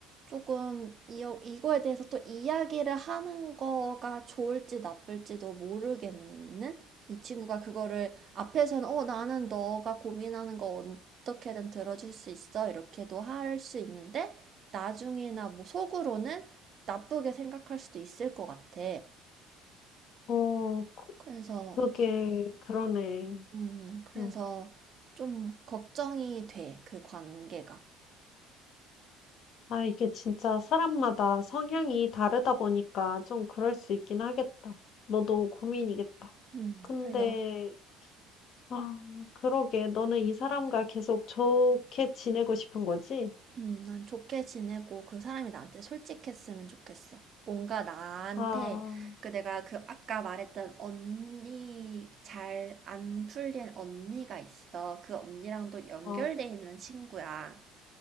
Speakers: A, on the right; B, on the left.
A: 조금 이, 이거에 대해서 또 이야기를 하는 거가 좋을지 나쁠지도 모르겠는? 이 친구가 그거를 앞에서는 어, 나는 너가 고민하는 거 어떻게든 들어줄 수 있어. 이렇게도 할 수 있는데 나중이나 뭐 속으로는 나쁘게 생각할 수도 있을 것 같아.
B: 어,
A: 그래서
B: 그게,
A: 그냥
B: 그러네.
A: 음, 그래서
B: 음.
A: 좀 걱정이 돼. 그 관계가.
B: 아, 이게 진짜 사람마다 성향이 다르다 보니까 좀 그럴 수 있긴 하겠다. 너도 고민이겠다.
A: 음,
B: 근데,
A: 그래서
B: 아, 그러게. 너는 이 사람과 계속 좋게 지내고 싶은 거지?
A: 음, 난 좋게 지내고 그 사람이 나한테 솔직했으면 좋겠어. 뭔가 나한테
B: 아,
A: 그 내가 그 아까 말했던 언니 잘 안 풀린 언니가 있어. 그 언니랑도 연결돼
B: 어,
A: 있는 친구야.